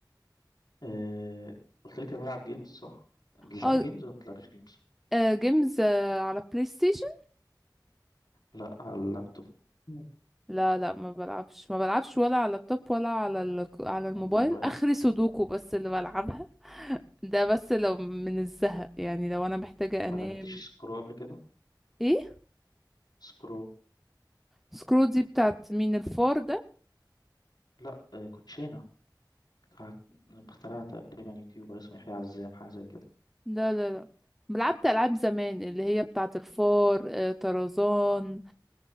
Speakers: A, on the left; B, in the centre.
A: آه، قلت لك أنا بلعب جيمز صح؟ بتلعبي
B: اه
A: جيمز ولا بتلعبيش جيمز؟
B: آه، جيمز آه، على بلاي ستيشن
A: لا على اللابتوب مم.
B: لا لا ما بلعبش ما بلعبش ولا على اللابتوب ولا على ال... على الموبايل
A: على الموبايل
B: اخري سودوكو بس اللي بلعبها ده بس لو من الزهق يعني لو انا محتاجة
A: ما
B: انام
A: لعبتش سكرو قبل كده
B: ايه
A: سكرو
B: سكرو دي بتاعت مين الفار
A: لا آه، كوتشينة بتاع اخترعها تقريبا يوتيوبر اسمه يحيى عزام حاجة زي كده
B: لا لا لا لعبت ألعاب زمان اللي هي بتاعة الفار آه، طرزان